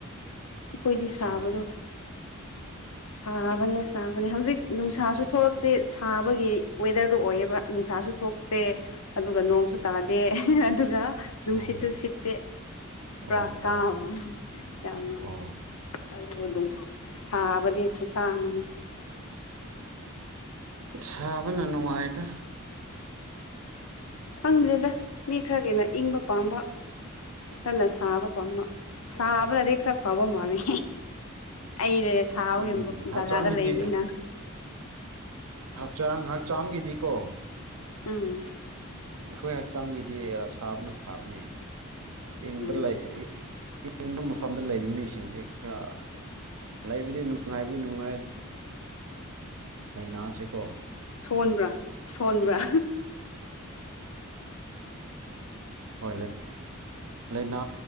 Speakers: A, on the left; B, on the right.
A: ꯑꯩꯣꯏꯗꯤ ꯁꯥꯕꯗꯣ
B: ꯎꯝ
A: ꯁꯥꯕꯅꯦ ꯁꯥꯕꯅꯦ ꯍꯧꯖꯤꯛ ꯅꯨꯡꯁꯥꯁꯨ ꯊꯣꯛꯂꯛꯇꯤ ꯑꯩꯒꯤ ꯋꯦꯗꯔꯗꯨ ꯑꯣꯏꯌꯦꯕ ꯅꯨꯡꯁꯥꯁꯨ ꯊꯣꯛꯇꯦ ꯑꯗꯨꯒ ꯅꯣꯡꯁꯨ ꯇꯥꯗꯦ ꯑꯗꯨꯒ ꯅꯨꯡꯁꯤꯠꯇꯨ
B: ꯑꯣ
A: ꯁꯤꯠꯇꯦ ꯄꯨꯔꯥ
B: ꯑꯣ
A: ꯀꯥꯝ
B: ꯑꯣ
A: ꯌꯥꯝꯅ
B: ꯑꯣ
A: ꯑꯗꯨꯜ ꯃ ꯑꯗꯨ ꯁꯥꯕꯗꯤ ꯈꯨꯠꯁꯥ ꯑꯃꯅꯤ <inaudible>
B: ꯁꯥꯕꯅ ꯅꯨꯡꯉꯥꯏꯇ
A: ꯈꯪꯗ꯭ꯔꯦꯗ ꯃꯤ ꯈꯔ ꯀꯩꯅ ꯏꯪ ꯄꯥꯝꯕ ꯈꯅ ꯁꯥꯕ ꯄꯥꯝꯕ ꯁꯥꯕꯅꯗꯤ ꯈꯔ ꯐꯕ ꯃꯥꯜꯜꯂꯤ ꯑꯩꯅꯅꯦ ꯁꯥꯕꯒꯤ
B: ꯎꯝ ꯍꯛꯆꯥꯡꯒꯤꯗꯤ
A: ꯖꯒꯥꯗ ꯂꯩꯕꯅꯤꯅ
B: ꯆꯥꯡ ꯍꯛꯆꯥꯡꯒꯤꯗꯤꯀꯣ
A: ꯎꯝ
B: ꯑꯩꯈꯣꯏ ꯍꯛꯆꯥꯡꯒꯤꯗꯤ ꯁꯥꯕꯅ ꯐꯕꯅꯦ ꯏ
A: ꯎꯝ
B: ꯂꯩ ꯏꯪꯕ ꯃꯐꯝꯗ ꯂꯩꯕ ꯃꯤꯁꯤꯡꯁꯦ ꯈꯔ ꯂꯩꯕꯗꯤ ꯅꯨꯡꯉꯥꯏꯕꯗꯤ ꯅꯨꯡꯉꯥꯏ ꯂꯩꯥꯏꯅꯥꯁꯤꯀꯣ
A: ꯁꯣꯟꯕ꯭ꯔꯥ ꯁꯣꯟꯕ꯭ꯔꯥ
B: ꯍꯣꯏ ꯂꯥꯏꯅꯥ